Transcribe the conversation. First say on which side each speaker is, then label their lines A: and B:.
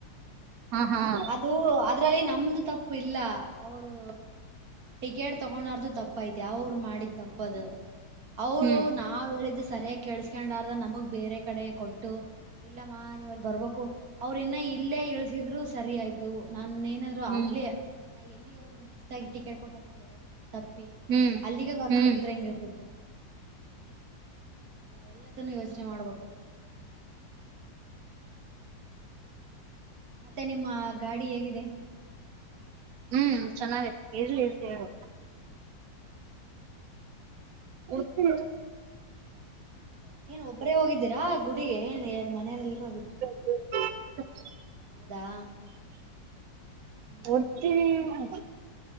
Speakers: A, on the right; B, on the right.
A: ಹಾ ಹಾ <inaudible>
B: ಅದು ಅದ್ರಲ್ಲಿ ನಮ್ದು ತಪ್ಪು ಇಲ್ಲ ಅವರು ಟಿಕೆಟ್ ತಗೊಂಡಾರ್ದು <inaudible> ತಪ್ಪತೆ ಅವ್ರು ಮಾಡಿದ ತಪ್ಪದು ಅವರು
A: ಹ್ಮ್
B: ನ <inaudible> ಆ ವೇಳಿದ್ದು ಸರಿಯಾಗಿ ಕೆಳ್ಸ್ಕೊಂಡಾರ್ದ ನಮಗ್ ಬೇರೆ ಕಡೆ ಕೊಟ್ಟು ಇಲ್ಲಮ್ಮ ನೀವ ಅಲ್ಲಿ ಬರ್ಬೇಕು ಅವರು ಇನ್ನ ಇಲ್ಲೇ ಇಳಸಿದ್ರು ಸರಿ ಆಯ್ತು ನನ್ ನಾದ್
A: ಹ್ಮ್
B: ಅಲ್ಲೇ ನಾ ಎಲ್ಲಿಗೆ ಅವ್ರು ಮಿಸ್ ಆಗಿ ಟಿಕೆಟ್ ಕೊಟ್ಟಾರ ನೋಡುಪ್ಪ
A: ಹ್ಮ್
B: <inaudible> ಅಲ್ಲಿಗೆ ಕರ್ಕೊಂಡ್
A: ಹ್ಮ್
B: ಹೋಗಿದ್ರೆ
A: ಹ್ಮ್
B: ಹೆಂಗ ಇರ್ತೈತೆ ಲ್ಲ ಎಲ್ಲದನ್ನು ಯೋಚನೆ ಮಾಡ್ಬೇಕು ಮತ್ತೆ ನಿಮ್ಮ ಗಾಡಿ ಹೇಗಿದೆ <inaudible>
A: ಹ್ಮ್ ಚೆನ್ನಾಗತ್ತ ಇರ್ಲಿ ಸೇ <inaudible> ಎತ್ತ <inaudible>
B: ಏನ್ ಒಬ್ಬ್ರೇ ಹೋಗಿದ್ದೀರಾ ಗುಡಿಗೆ ಏನ್ನ್ ಮನೆಯರೆ ಎಲ್ರೂ ಹೋಗಿದ್ದೀರಾ
A: ಹ್ಮ
B: ಹೌದಾ ಹ್ಮ್
A: ಒತ್ತ <inaudible> <inaudible>